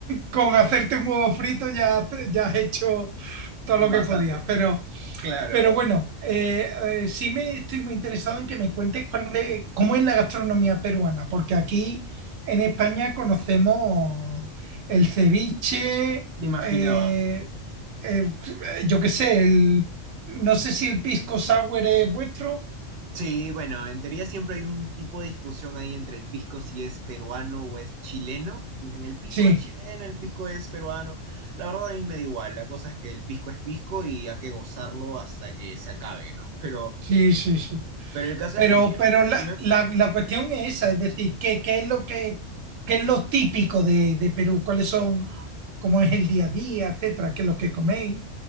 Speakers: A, on the right; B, on the right.
A: con hacerte un huevo frito ya, te- ya has hecho
B: Bastante,
A: todo lo que podías, pero...
B: claro,
A: Pero bueno, eh, eh, sí me estoy muy interesado en que me cuentes cuál es- cómo es la gastronomía peruana, porque aquí en España conocemos el ceviche,
B: me imaginaba.
A: eh, eh, yo qué sé, el, no sé si el pisco sour es vuestro.
B: Sí, bueno, en teoría siempre hay un tipo de discusión ahí entre el pisco si es peruano o es chileno. Dicen, el pisco
A: Sí,
B: es chileno, el pisco es peruano. La verdad a mí me da igual, la cosa es que el pisco es pisco y hay que gozarlo hasta que se acabe, ¿no? Pero,
A: sí, sí, sí.
B: pero el caso
A: Pero,
B: es que, mira,
A: pero la,
B: dime.
A: la- la cuestión es esa, es decir, ¿qué, qué es lo que, qué es lo típico de, de Perú? ¿Cuáles son, cómo es el día a día, etcétera? ¿Qué es lo que coméis?